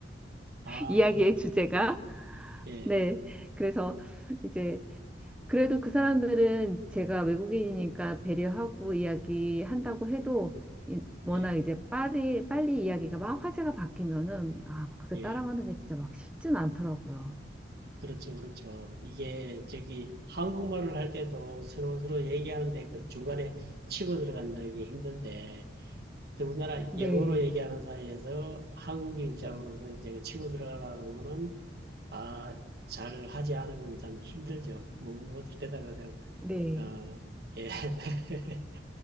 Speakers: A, on the right; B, in the centre.
A: 아,
B: <laughs> 이야기의 주제가.
A: 예,
B: 네. 그래서 이제 그래도 그 사람들은 제가 외국인이니까 배려하고 이야기한다고 해도 이- 워낙
A: 예,
B: 이제 빨리 빨리 이야기가 막 화제가 바뀌면은 아, 그게
A: 예.
B: 따라가는 게 진짜 막 쉽진 않더라고요.
A: 그렇죠, 그렇죠. 이게 저기 한국말을 할 때도 서로 서로 얘기하는데 그 중간에 치고 들어간다는 게 힘든데 더군다나
B: 네.
A: 영어로 얘기하는 사이에서 한국인 입장으로서 이제 그 치고 들어가려면은 아, 잘 하지 않으면 참 힘들죠. 뭐, 뭐 되다가 그냥
B: 네.
A: 어, 예. <laughs>